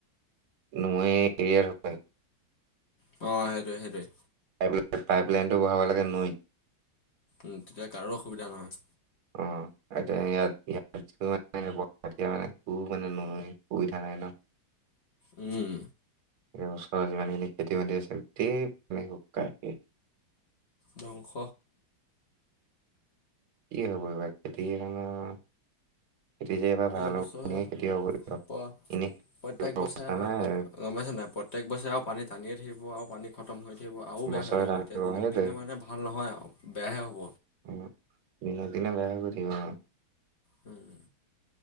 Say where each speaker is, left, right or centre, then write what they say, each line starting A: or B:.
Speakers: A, on the right (about 85°); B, on the left (about 40°).
A: - নৈয়ে এৰিয়াৰ হয়।
B: অ, সেইটোৱেই -সেইটোৱেই।
A: পাইপ -পাইপ লাইনটো বহাব লাগে নৈ।
B: উম, তেতিয়া কাৰো অসুবিধা নহয়।
A: অ, এতিয়া ইয়াত- ইয়াত মানে <unintelligible> উম, সুবিধা নাই ন'।
B: উম,
A: এতিয়া ওচৰে যিমানখিনি খেতি- মাতি আছে গোটেই মানে শুকাই শেষ।
B: ধ্বংস।
A: কি হ'ব এইবাৰ খেতিয়ে <unintelligible> খেতি যে এবাৰ ভাল
B: এইবছৰহে
A: হ'ব <unintelligible>
B: প প্ৰত্যেক
A: অৱস্থা
B: বছৰে
A: নাই।
B: গম পাইছা নাই প্ৰত্যেক বছৰে আও পানী টানিয়ে থাকিব আও পানী খতম হৈ থাকিব আও বেয়া
A: বছৰে
B: হৈ যাব
A: ধান
B: এতিয়া
A: দিব
B: দিনক
A: সেইটোৱে।
B: দিনে মানে ভাল নহয় আও বেয়াহে হ'ব।
A: <unintelligible> দিনক দিনে বেয়া হৈ গৈ থাকিব আও।
B: উম,